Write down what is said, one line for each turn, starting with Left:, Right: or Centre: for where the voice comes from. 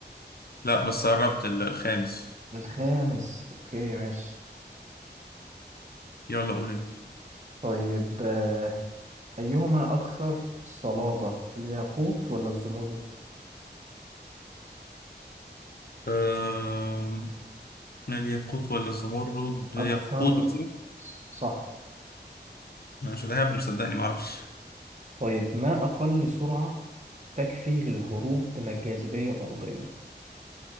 Left: لا بس قربت ال- الخامس
Right: الخامس أوكي ماشي
Left: يلا قول انت
Right: طيب آه، أيهما أكثر صلادة الياقوت ولا الزمرد
Left: آم، الياقوت ولا الزمرد الياقوت
Right: أكثر
Left: مثلا
Right: ص- صح
Left: أنا مش ههبد صدقني ما اعرفش
Right: طيب ما أقل سرعة تكفي للهروب من الجاذبية الأرضية